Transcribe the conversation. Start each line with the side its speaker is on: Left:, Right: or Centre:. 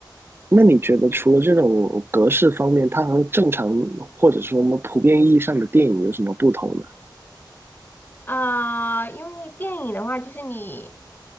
Right: 那你觉得除了这种格式方面，它和正常或者说我们普遍意义上的电影有什么不同呢？
Left: 啊、因为电影的话，就是你，